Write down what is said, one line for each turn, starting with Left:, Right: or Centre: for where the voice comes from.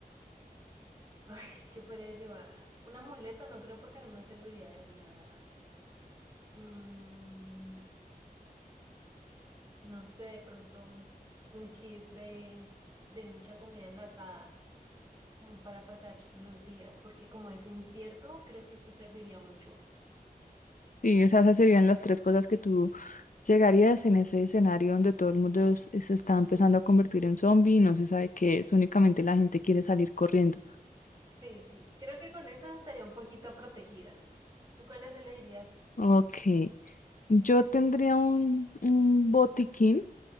Right: <laughs> Ay, ¿qué podría llevar? Un amuleto no creo porque no me serviría de nada. Mm, no sé, de pronto un kit de, de mucha comida enlatada, como para pasar los días, porque como es incierto, creo que eso serviría mucho.
Left: Sí, o sea, esas serían las tres cosas que tú llegarías en ese escenario donde todo el mundo s- se está empezando a convertir en zombie y no se sabe qué es, únicamente la gente quiere salir corriendo.
Right: Sí, sí, creo que con eso estaría un poquito protegida. ¿Tú cuáles elegirías?
Left: Ok, yo tendría un, un botiquín